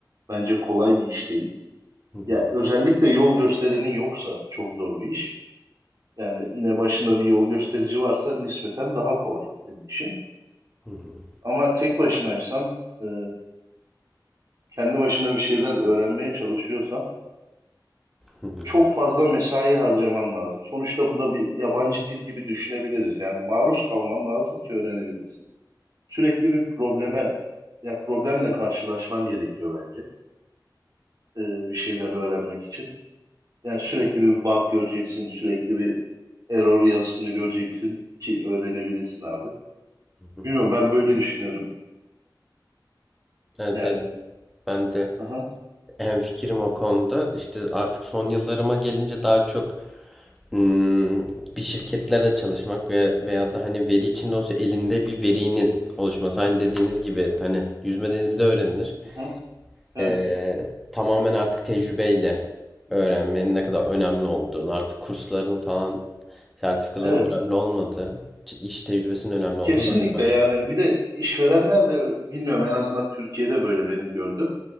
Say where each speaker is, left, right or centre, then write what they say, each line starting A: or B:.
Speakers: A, on the right; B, in the centre.
A: bence kolay bir iş değil.
B: hı hı,
A: Ya özellikle yol gösterenin yoksa çok zor bir iş. Yani yine başında bir yol gösterici varsa nispeten daha kolay senin işin.
B: hı hı,
A: Ama tek başınaysan, e, kendi başına bir şeyler öğrenmeye çalışıyorsan
B: hı hı,
A: çok fazla mesai harcaman lazım. Sonuçta bu da bir yabancı dil gibi düşünebiliriz. Yani maruz kalman lazım ki öğrenebilesin. Sürekli bir probleme ya problemle karşılaşman gerekiyor bence. Ee, bir şeyler öğrenmek için. Yani sürekli bir bug göreceksin, sürekli bir error yazısını göreceksin ki öğrenebilesin abi.
B: hı hı.
A: Bilmiyorum ben böyle düşünüyorum.
B: Evet,
A: Yani
B: evet. Ben de
A: aha,
B: hemfikirim o konuda. İşte artık son yıllarıma gelince daha çok Hmm, bir şirketlerde çalışmak veya veya da hani veri içinde olsa elinde bir verinin oluşması. Aynı dediğiniz gibi hani yüzme denizde öğrenilir.
A: aha, evet.
B: Ee, tamamen artık tecrübeyle öğrenmenin ne kadar önemli olduğunu, artık kursların falan sertifikaların
A: Evet.
B: önemli olmadığı, iş tecrübesinin önemli
A: Kesinlikle
B: olduğunu ben de fark
A: yani
B: ettim.
A: bir de işverenler de bilmiyorum en azından Türkiye'de böyle benim gördüğüm.